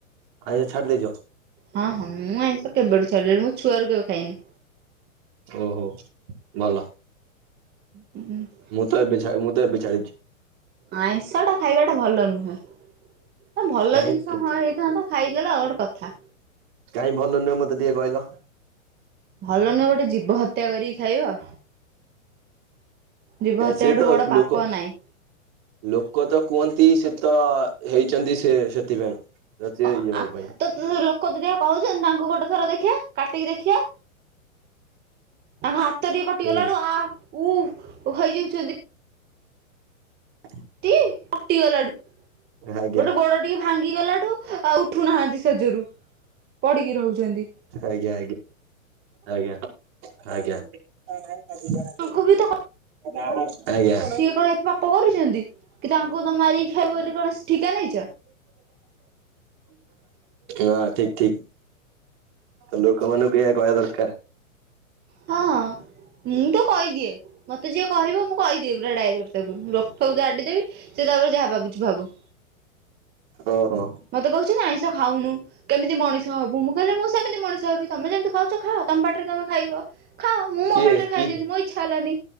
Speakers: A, on the right (about 45°); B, on the right (about 25°).
A: ଆଇସ ଛାଡ଼ି ଦେଇଛ?
B: ହଁ ହଁ ମୁଁ ଆଇଷ କେବେଠୁ ଛାଡ଼ିଲେଣି ମୁଁ ଛୁଆରୁ କେବେ ଖାଇନି।
A: ଓହୋ ଭଲ।
B: ହ ହୁଁ <inaudible>
A: ମୁଁ ତ ଏବେ ଛା ମୁଁ ତ ଏବେ ଛାଡିଚି।
B: ଆଇଁଷ ଟା ଖାଇବାଟା ଭଲ ନୁହେଁ ତ ଭଲ
A: କାହିଁ
B: ଜିନ୍ଷ ହଁ ହେଇ ତ ଖାଇଦେଲେ ଆଉ ଗୋଟେ କଥା।
A: କାଇଁ ଭଲ ନୁହେଁ ମତେ ଟିକେ କହିଲ।
B: ଭଲ ନୁଅ ଗୋଟେ ଜୀବ ହତ୍ୟା କରିକି ଖାଇବ? ଯିବ ହତ୍ୟା
A: ସିଏ ତ
B: ଠୁ ବଡ
A: ଲୋକ
B: ପାପ ନାଇଁ।
A: ଲୋକ ତ କୁହନ୍ତି ସେ ତ ହେଇଚନ୍ତି ସେ ସେଥିପାଇଁ
B: ହଁ
A: ଇଏ ହବା
B: ଆ
A: ପାଇଁ
B: ତତେ ତ ଲୋକ ଯଦି କୋହୁଚନ୍ତି ତାଙ୍କୁ ଗୋଟେ ଥର ଦେଖଆ କାଟିକି ଦେଖିଆ। ତାଙ୍କ ହାତ ଟିକେ କଟିଗଲାଠୁ
A: ସେଇ
B: ଆ ଉ ହେଇଯାଉଛନ୍ତି।
A: ହ
B: ଟି କଟିଗଲାଠୁ
A: ଆଜ୍ଞା
B: ଗୋଟେ ଗୋଡ ଟିକେ ଭାଙ୍ଗିଗଲାଠୁ ଆଉ ଉଠୁନାହାନ୍ତି ସେଜରୁ ପଡିକି ରହୁଚନ୍ତି।
A: ଆଜ୍ଞା ଆଜ୍ଞା ଆଜ୍ଞା ଆଜ୍ଞା। ତା ନାହିଁ ତା ଥିବା ଟା
B: ତାଙ୍କୁ ବି ତ
A: ଆଜି ବନ୍ଦ୍। ଆଜ୍ଞା।
B: ସିଏ କଣ ଏତେ ପାପ କରୁଛନ୍ତି କି ତାଙ୍କୁ ତମେ ମାରିକି ଖାଇବ ବୋଲି କଣ ଠିକା ନେଇଛ?
A: ହଁ ଠିକ୍ ଠିକ୍ ତ ଲୋକମାନାନଙ୍କୁ ଏଇଆ କହିବା ଦରକାର୍।
B: ହଁ। ମୁଁ ତ କହିଦିଏ ମତେ ଯିଏ କହିବ ମୁଁ କହିଦିଏ ପୁରା ଡାଇରେକ୍ଟ ତାକୁ ରୋକ୍ ଠୋକ୍ ଝାଡିଦେବି। ସେ ତାପରେ ଯାହା ଭାବୁଚି ଭାବୁ।
A: ଓ ହୋ।
B: ମତେ କହୁଛନ୍ତି ଆଇଁଷ ଖାଉନୁ କେମିତି ମଣିଷ ହବୁ ମୁଁ କହିଲି ମୁଁ ସେମିତି ମଣିଷ ହେବି ତମେ ଯେମିତି ଖାଉଚ ଖାଅ ତମ ପାଟିରେ ତମେ ଖାଇବ ଖାଅ ମୁଁ
A: କିଏ
B: ମୋ ପାଟିରେ
A: କିଏ
B: ଖାଇଲିନି ମୋ ଇଚ୍ଛା ହେଲାନି